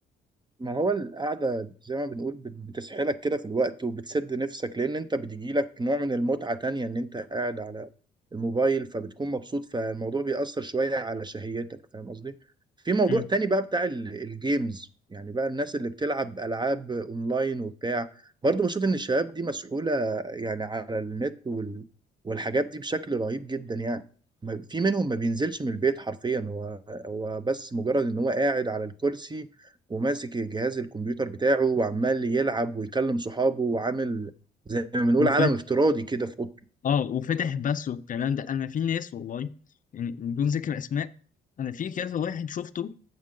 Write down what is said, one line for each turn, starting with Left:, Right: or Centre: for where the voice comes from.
Right: ما هو القعدة زي ما بنقول بت- بتسحلك كده في الوقت وبتسد نفسك لأن أنت بتجيلك نوع من المتعة تانية إن أنت قاعد على الموبايل فبتكون مبسوط فالموضوع بيأثر شوية على شهيتك فاهم قصدي؟ في موضوع
Left: مم.
Right: تاني بقى بتاع ال- الجيمز يعني بقى الناس اللي بتلعب ألعاب أونلاين وبتاع برضه بشوف إن الشباب دي مسحولة يعني على النت وال... والحاجات دي بشكل رهيب جدا يعني ما- في منهم ما بينزلش من البيت حرفيا هو هو بس مجرد إن هو قاعد على الكرسي وماسك الجهاز الكمبيوتر بتاعه وعمال يلعب ويكلم صحابه وعامل زي ما بنقول
Left: وفات
Right: عالم افتراضي كده في اوضته
Left: اه وفتح بس والكلام ده أنا في ناس والله يعني بدون ذكر أسماء أنا في كذا واحد شفته